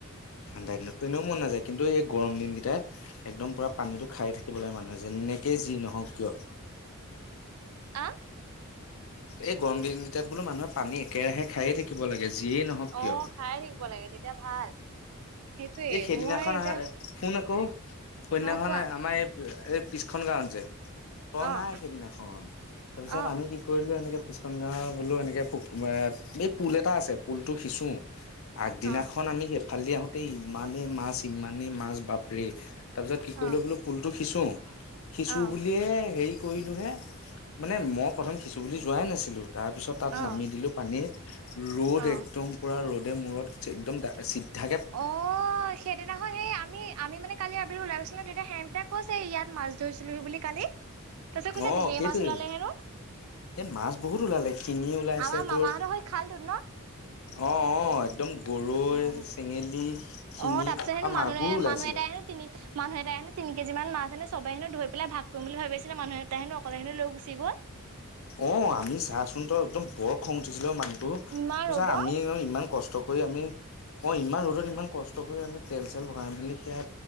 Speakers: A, on the left (about 70°); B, on the right (about 80°).
A: ঠাণ্ডা দিনতো এনেও মন নাযায় কিন্তু এই গৰম দিন কেইটাত একদম পুৰা পানীতো খাই থাকিব লাগে মানুহে যেনেকে যি নহওক কিয়
B: আহ
A: এই গৰম দিনকেইটাত বোলো মানুহে পানী একেৰাহে খাইয়ে থাকিব লাগে যিয়েই নহওক কিয়
B: অ খাই থাকিব লাগে তেতিয়া ভাল সেইটোয়ে
A: এই সেইদিনাখন
B: মই এতিয়া
A: আহ শুন আকৌ সৌদিনাখন
B: অ' কোৱা
A: আমাৰ এই এই পিছখন গাঁৱত যে তই
B: অ'
A: নাই সিদিনাখন তাৰপিছত
B: অ'
A: আমি কি কৰিলো এনেকে পিচন গাঁৱে গলো এনেকে পো এই পুল এটা আছে পুলতো সিঁচো আগদিনাখন
B: অ'
A: আমি সেইফালেদি আহোতে এই ইমানেই মাছ ইমানেই মাছ বাপৰে তাৰ পিছত কি কৰিলো
B: অ'
A: বোলো পুলটো সিচো সিচু
B: অ'
A: বুলিয়ে হেৰি কৰিলো হে মানে মই প্ৰথম সিচু বুলি যোৱাই নাছিলো তাৰপিছত তাত
B: অ'
A: নামি দিলো পানীত ৰ'দ
B: অ'
A: একদম পুৰা ৰ'দ মূৰত একদম চিদ্ধা
B: অ সেইদিনাখন সেই আমি আমি মানে কালি আবেলি ওলাই গৈছিল তেতিয়া হেম দাদাই কৈছে ইয়াত মাছ ধৰিছিলো হি বুলি কালি তাৰপিছত কৈছে
A: অ
B: ঢেৰ
A: সেইটোৱে
B: মাছ ওলালে হেনো
A: এ মাছ বহুত ওলালে শিঙি ওলাইছে
B: আমাৰ
A: তোৰ
B: মামাহঁতৰ সেই খালটোত ন
A: অ অ একদম গৰৈ
B: অ'।
A: চেঙেলী শিঙি
B: অ তাৰ পিছতে
A: আৰু
B: মানুহে
A: মাগুৰ ওলাইছিলে
B: মানুহ এটাই তিনি মানুহ এটাই তিনি কেজি মান মাছ হেনো চবে হেনো ধৰি পেলাই ভাগ কৰিম বুলি ভাবি আছিলে মানুহ এটাই হেনো অকলে হেনো লৈ গুচি গল
A: অ আমি চাচোন তই একদম বৰ খং উঠিছিল মানুহটো
B: ইমান
A: তোৰ
B: ৰ'দত।
A: চা আমি ইমান কষ্ট থকৈ আমি অ ইমান ৰ'দত ইমান কষ্ট কৰি আমি তেল চেল ভৰাই মেলি সেয়া